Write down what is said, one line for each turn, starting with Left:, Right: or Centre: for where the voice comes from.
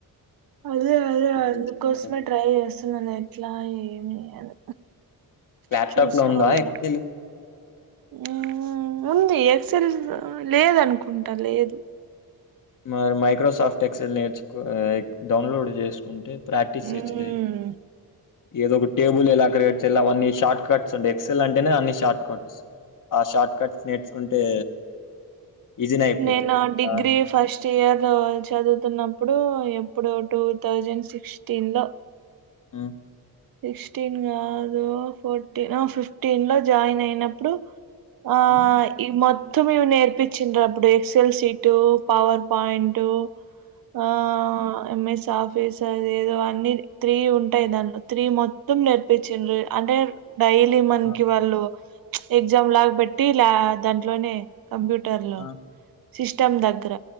Right: అదే అదే అందుకోసమే
Left: చేస్తున్నారు
Right: ట్రై చేస్తున్నాను ఎట్లా ఏమి అని
Left: ల్యాప్టాప్
Right: చూసుకోవాల
Left: లో ఉందా ఎక్సెల్
Right: ఆ ఉంది ఎక్సల్ లేదనుకుంటా లేదు
Left: మరి మైక్రోసాఫ్ట్ ఎక్సెల్ నేర్చ్ డౌన్లోడ్ చేసుకుంటే ప్రాక్టీీస్
Right: మ్మ్
Left: సెచ్చలేదు ఏదో ఒక టేబుల్ ఎలా క్రయేట్ చేలా అవన్నీ షార్ట్ కట్స్ ఉంట ఎక్సెల్ అంటేనే అన్ని షార్ట్ కట్స్ ఆ షార్ట్ కట్స్ నేర్చుకుంటే ఈజీనే అయిపోతది
Right: నేను డిగ్రీ
Left: చాన్
Right: ఫస్ట్ చియర్ చదువుతున్నప్పుడు ఎప్పుడు టూ థౌజండ్ సిక్స్టీన్ లో
Left: ఆ
Right: సిక్స్టీన్ కాదు ఫోర్టీన్ ఆ ఫిఫ్టీన్ లో జాయిన్ అయినప్పుడు ఆ
Left: హ్మ్.
Right: ఇవి మొత్తం ఇవి నేర్పించిరు అప్పుడు ఎక్సల్ సీట్ పవర్ పాయింట్ ఆ ఎంఎస్ ఆఫీస్ అది ఏదో అన్నీ త్రీ ఉంటాయి దానిలో త్రి మొత్తం నేర్పించింర్ అంటే డైలీ మన్కి
Left: ఆ!
Right: వాళ్ళు ఎగ్జామ్ లాగ్పెట్టి లా దాంట్లోనే కంప్యూటర్లో
Left: ఆ!
Right: సిస్టమ్ దగ్గర